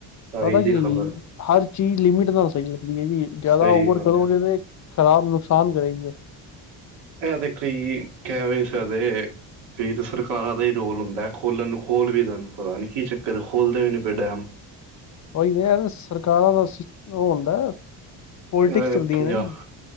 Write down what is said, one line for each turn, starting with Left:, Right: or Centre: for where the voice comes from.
Right: ਆਈ
Left: ਪਤਾ
Right: ਦੀ
Left: ਕੀ ਏ
Right: ਖ਼ਬਰ
Left: ਜੀ ਹਰ ਚੀਜ਼ ਲਿਮਿਟ ਨਾਲ ਸਈ ਹੋ ਸਕਦੀ ਜੀ।
Right: ਸਹੀ
Left: ਜਾਦਾ ਓਵਰ
Right: ਗੱਲ
Left: ਕਰੋਗੇ
Right: ਹੈ
Left: ਨਾ ਖਰਾਬ ਨੁਕਸਾਨ ਕਰੇਗੀ।
Right: ਇਹ ਦੇ ਕਈ ਕੈ ਰਏ ਸਦੇ ਕਈ ਤਾਂ ਸਰਕਾਰਾਂ ਦਾ ਈ ਰੋਲ ਹੁੰਦਾ ਖੋਲਨ ਨੂੰ ਖੋਲ੍ਹ ਵੀ ਦੇਨ ਪਤਾ ਨੀਂ ਕੀ ਚੱਕਰ ਖੋਲਦੇ ਵੀ ਨੀਂ ਪਏ ਡੈਮ
Left: ਉਈ ਤੇ ਨਈ ਯ ਸਰਕਾਰਾਂ ਦਾ ਉਹ ਹੁੰਦਾ ਪੋਲੀਟਿਕਸ
Right: ਏਨਾਂ ਨੇ
Left: ਚੱਲਦੀ
Right: ਪੰਜਾਬ,
Left: ਹੈ ਨਾ ਜੀ